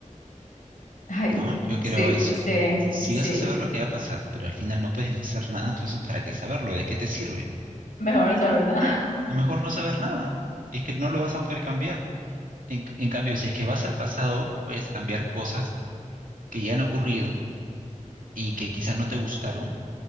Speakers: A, on the left; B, on the right.
A: Ay,
B: No, yo creo
A: sí,
B: eso.
A: sí,
B: Si
A: sí.
B: vas a saber lo que va a pasar, pero al final no puedes hacer nada, entonces ¿para qué saberlo? ¿De qué te sirve?
A: Mejor no saber nada. <laughs>
B: Es mejor no saber nada. Es que no lo vas a poder cambiar. En, en cambio, si es que vas al pasado, puedes cambiar cosas que ya han ocurrido y que quizás no te gustaron